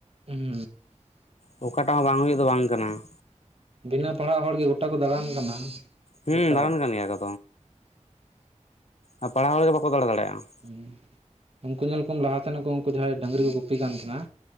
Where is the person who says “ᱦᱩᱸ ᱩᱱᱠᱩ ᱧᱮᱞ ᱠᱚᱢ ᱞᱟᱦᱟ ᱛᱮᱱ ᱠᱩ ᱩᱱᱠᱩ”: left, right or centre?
Right